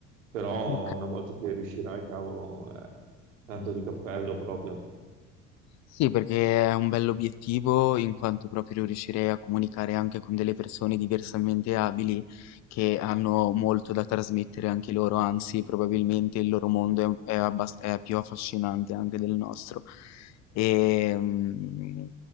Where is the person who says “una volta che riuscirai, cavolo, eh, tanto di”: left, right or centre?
Right